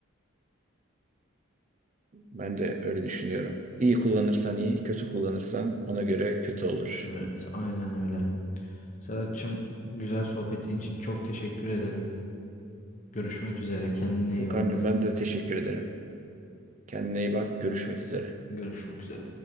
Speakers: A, on the right; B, on the left.
A: Ben de öyle düşünüyorum. İyi kullanırsan iyi, kötü kullanırsan ona göre kötü olur.
B: Evet, aynen öyle. Serhat'cığım güzel sohbetin için çok teşekkür ederim. Görüşmek üzere. Kendine
A: Furkancığım
B: iyi bak.
A: ben de teşekkür ederim. Kendine iyi bak, görüşmek üzere.
B: Görüşmek üzere.